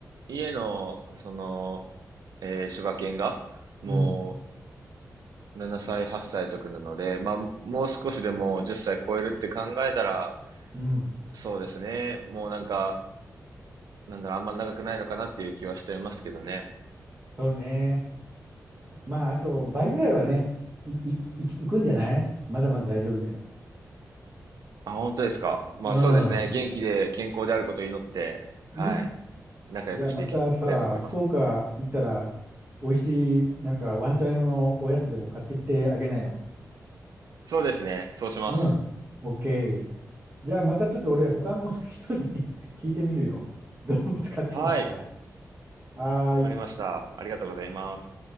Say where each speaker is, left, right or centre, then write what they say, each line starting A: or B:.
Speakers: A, on the right (about 75°); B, on the right (about 25°).
A: 家の、その、えー柴犬が、も
B: うん、
A: う、7歳、8歳とくなので、まあ、もう少しでもう10歳超えるって考えたら、
B: うん。
A: そうですね。もうなんか、なんだろう、あんま長くないのかなっていう気はしちゃいますけどね。
B: そうね。まあ、あと倍ぐらいはね、い、い、い、行くんじゃないまだまだ大丈夫だよ。
A: あ、本当ですか。まあ、
B: うん。
A: そうですね。元気で健康であることを祈って、はい。
B: うん。
A: 仲良くしていきたいと思います。
B: じゃあまたさ、福岡行ったら、美味しい、なんかワンちゃん用のおやつでも買ってきてあげなよ。
A: そうですね。そうします。
B: うん。オッケー。じゃあまたちょっと俺、他の人に <laughs> 聞いてみるよ。動物飼ってますか
A: はい。
B: あーい
A: わかりました。ありがとうございます。